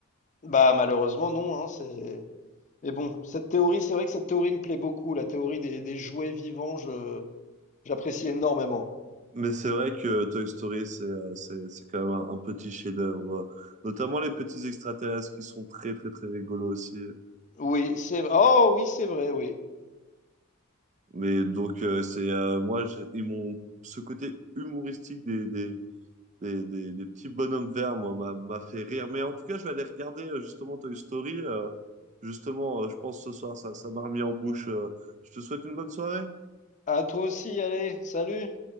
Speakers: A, on the left; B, on the right.
A: Bah, malheureusement, non, hein, c'est... Mais bon, cette théorie, c'est vrai que cette théorie me plaît beaucoup, la théorie des, des jouets vivants, je... J'apprécie énormément.
B: Mais c'est vrai que Toy Story, c'est euh, c'est, c'est quand même un, un petit chef-d'œuvre. euh, Notamment les petits extraterrestres qui sont très très très rigolos aussi.
A: Oui, c'est... Oh oui, c'est vrai, oui.
B: Mais donc euh, c'est euh, moi j'ai- ils m'ont ce côté humoristique des, des des, des, des petits bonhommes verts, moi, m'a m'a fait rire. Mais en tout cas, je vais aller regarder euh, justement Toy Story. euh, justement, euh, je pense ce soir, ça, ça m'a remis en bouche. euh. je te souhaite une bonne soirée.
A: À toi aussi, allez, salut!